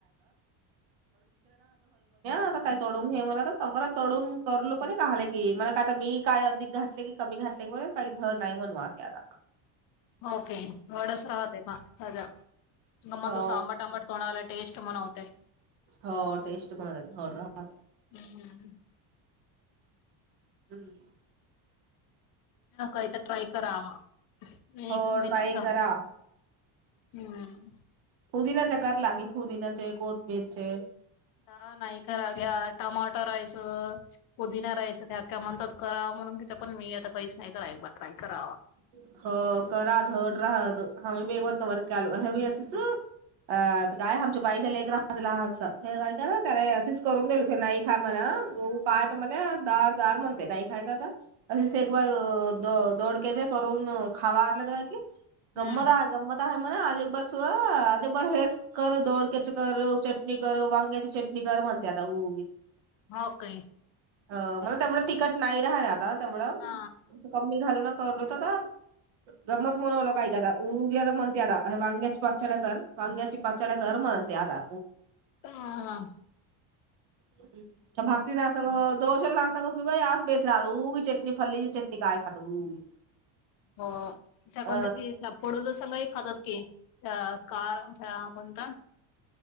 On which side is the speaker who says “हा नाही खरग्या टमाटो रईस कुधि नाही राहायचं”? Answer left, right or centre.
Left